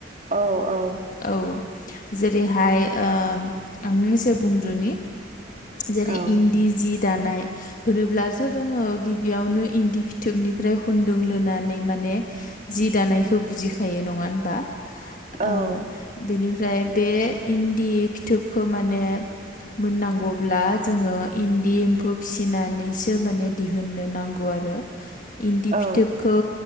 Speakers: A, on the right; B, on the left.
A: औ औ।
B: औ जेरैहाय ओ आंनो एसे बुंग्रोनि जेरै
A: औ
B: इन्दि जि दानाय होनोब्लास' दोंङो गिबियावनो इन्दि फिथोबनिफ्राय हुनदों लुनानै मान <unintelligible> माने जि दानायखौ बुजिखायो नंङा होनबा?
A: औ।
B: ओ बेनिफ्राय बे इन्दि फिथोबखौ माने मोननांगौब्ला जोंङो इन्दि एम्फौ फिसिनानैसो माने दिहुननो नांगौ आरो। <unintelligible> इन्दि
A: औ
B: फिथोबखौ